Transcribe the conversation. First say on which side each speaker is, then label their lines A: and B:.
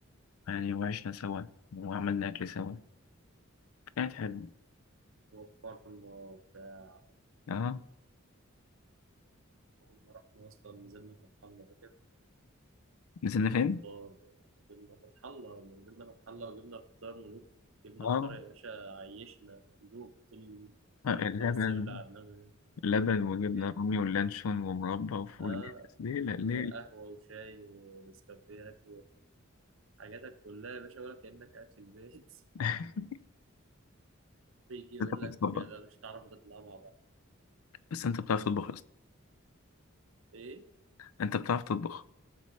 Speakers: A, on the left; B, on the right.
A: يعني وعشنا سوا وعملنا اكل سوا كانت حلوه
B: وفرنا وبتاع
A: اه
B: أول ما رحنا أصلا نزلنا فتح الله فاكر
A: نزلنا
B: جبنا
A: فين؟
B: فطار جبنا فتح الله نزلنا فتح الله وجبنا فطار ملوك جبنا
A: اه
B: فطار يا باشا عيشنا ملوك طول طول
A: آه، اللبن
B: الخمس أيام اللي قعدناهم هناك.
A: اللبن وجبنا
B: إيه.
A: رومي واللانشون ومربى وفول
B: آه
A: ليلة ليلة
B: وقهوة وشاي ونسكافيهات وحاجاتك كلها يا باشا ولا كأنك قاعد في البيت
A: <laughs>
B: <laughs> بيجي يقول
A: انت
B: لك
A: بتطبخ
B: لا
A: بقى.
B: مش هتعرفوا تطلعوا مع بعض
A: بس انت بتعرف تطبخ يا اسطى
B: إيه
A: انت بتعرف تطبخ